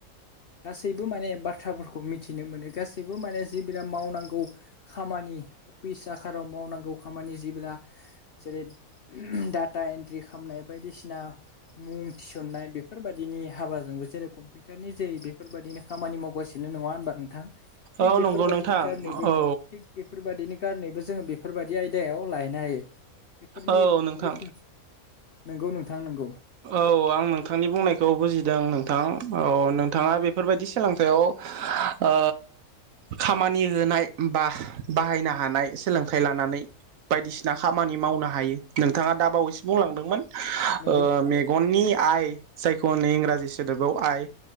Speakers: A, on the left; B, on the right.
A: गासैबो माने बाथ्राफोरखौ मिथिनो मोनो गासैबो माने जि बिराद मावनांगौ खामानि अफिस आखाराव मावनांगौ खामानि जेब्ला जेरै डा टा एन्ट्रि खामनाय बायदिसिना मुं थिसननाय बेफोर बायदिनि हाबा जोंबो जेरै कम्पिउटार नि जोहै बेफोरबादिनो खामानि मावगासिनो नङा होनबा नोंथां थिग
B: औ
A: बेफोरबायदिनि
B: नंगौ नोंथां
A: कारनेबो
B: औ
A: थिग बेफोरबायदिनि कारनेबो जोङो बेफोरबायदि आयदायाव लाहैनो हायो बेफोरनि
B: औ नोंथां
A: बिखुन नंगौ नोंथां नंगौ।
B: औ आं नोंथांनि बुंनायखौ बुजिदों नोंथां औ नोंथाङा बेफोरबायदि सोलोंथाइयाव ओ खामानि होनाय बा बाहायनो हानाय सोलोंथाइ लाना नै बायदिसिना खामानि मावनो हायो नोंथाङा दा बावैसो बुंलांदोंमोन ओ
A: नोंगौ नोंथां
B: मेगननि आइ जायखौ नै इंराजि सोदोबआव आइ